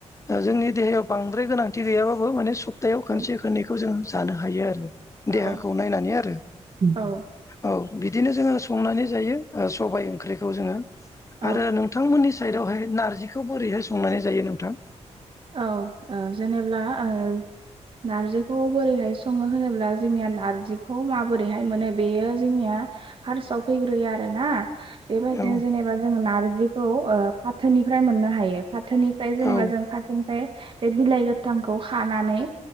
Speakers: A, on the left; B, on the right.
A: जोंनि देहायाव बांद्राय गोनांथि गैयाबाबो माने सप्तायाव
B: औ
A: खनसे खनैखौ जोंङो जानो हायो आरो
B: औ
A: देहाखौ नायनानै आरो
B: औ
A: औ बिदिनो जोंङो संनानै जायो सबाय ओंख्रिखौ जोंङो
B: औ
A: आरो नोंथांमोननि साइदआवहाय नारजिखौ बोरैहाय संनानै जायो नोंथां?
B: औ औ जेनेब्ला ओ नार्जिखौ बोरैहाय संङो होनोब्ला जोंनिया नारजिखौ माबोरैहाय मोनो बेयो जोंनिया हारसआव फैग्रोयो आरो ना बेबायदिनो
A: औ
B: जेनेबा जों नारजिखौ ओ फाथोनिफ्राय मोननो हायो। फाथोनिफ्राय जेनेबा
A: औ
B: जों फाथ बे बिलाइ गोथांखौ खानानै